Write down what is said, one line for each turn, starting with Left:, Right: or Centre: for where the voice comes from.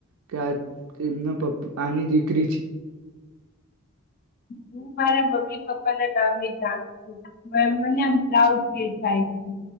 Right: કે આ એમના પપ્પા આની દીક <inaudible>
Left: હું મારા મમ્મી પપ્પા ના નામે જાણું છું મને આ પ્રાઉડ ફીલ થાય છે.